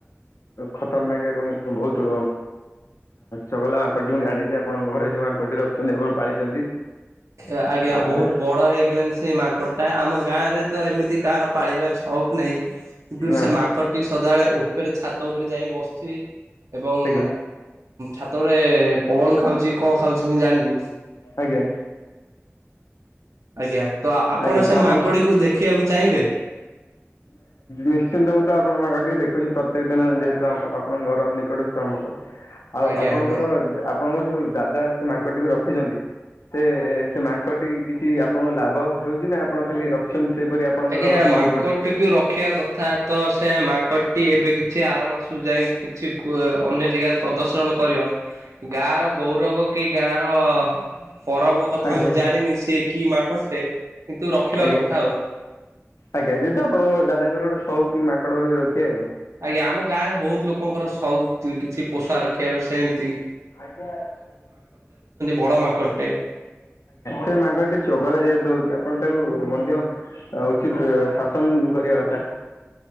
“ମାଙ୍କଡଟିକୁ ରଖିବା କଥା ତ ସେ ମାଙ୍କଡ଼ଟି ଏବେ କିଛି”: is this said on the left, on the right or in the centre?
Right